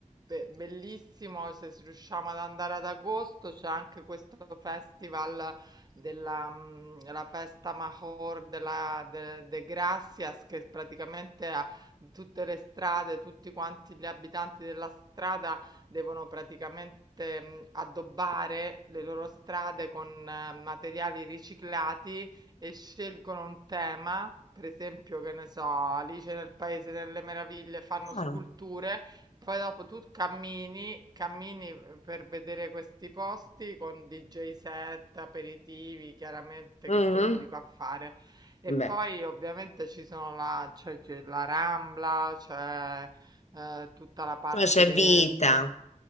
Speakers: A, on the right; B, on the left.
A: be- bellissimo se s- riusciamo ad andare ad agosto, c'è anche questo festival della mm, la festa Major della, de, de Gracias che praticamente ha tutte le strade, tutti quanti gli abitanti della strada devono praticamente, mhmm, addobbare le loro strade con eh, materiali riciclati e scelgono un tema, per esempio, che ne so, Alice nel Paese delle Meraviglie, fanno sculture,
B: Ah,
A: poi dopo tu cammini, cammini, uhm, per vedere questi posti con DJ set, aperitivi, chiaramente
B: mhm.
A: che te lo dico a fare. E
B: Beh,
A: poi ovviamente ci sono la c'è c'è la Rambla, c'è, ehm, tutta la parte
B: poi c'è
A: de
B: vita,
A: insom